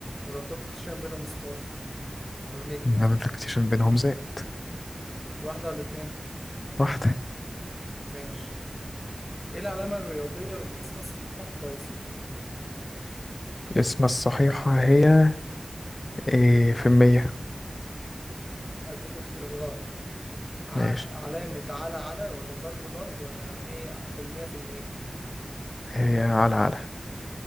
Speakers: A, on the left; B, on the left.
A: ولا بدبل كوتيشن بينهم ستار او نجمة
B: عدد البيتيشن بينهم زائد
A: واحدة ولا اتنين
B: واحدة
A: ماشي ايه العلامة الرياضية للاسم الصحيحة في بايثون
B: اسم الصحيحة هي إيه في المية
A: هديك اختيار غلط ع-
B: ماشي
A: علامة على على ولا ضرب ضرب ولا مية في المية في المية
B: هي على على